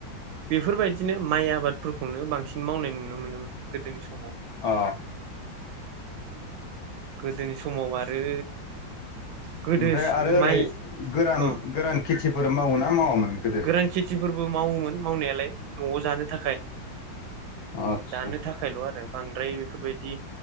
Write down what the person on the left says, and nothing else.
अ
ओमफ्राय आरो ओरै
गोरान
गोरान खेथिफोर मावोना मावामोन? गोदो
आतसा